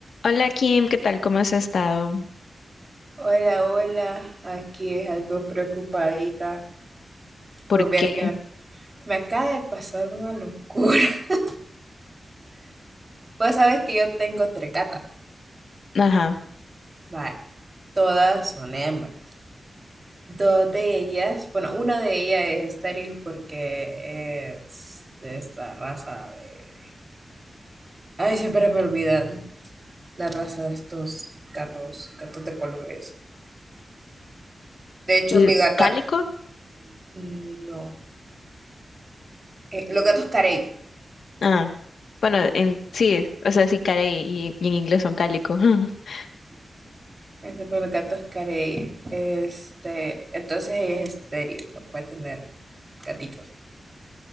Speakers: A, on the left (about 85°); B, on the right (about 30°).
A: Hola Kim, ¿qué tal? ¿Cómo has estado?
B: Hola, hola, aquí es algo preocupadita.
A: ¿Por
B: Pues vieras
A: qué?
B: que me, me acaba de pasar una locura. <laughs> Pues sabes que yo tengo tres gatas.
A: Ajá.
B: Vale, todas son hembras. Dos de ellas, bueno, una de ellas es estéril porque es de esta raza de... Ay, siempre me olvidan la raza de estos gatos, gatos de colores. De hecho,
A: ¿L-
B: mi gata,
A: ¿Cálico?
B: mm, no, eh, los gatos carey.
A: Ah, bueno, en, sí, o sea, sí, cara y, y en inglés son cálico. <laughs>
B: ese pero el gato es carey. Este, entonces ella es estéril, no puede tener gatitos.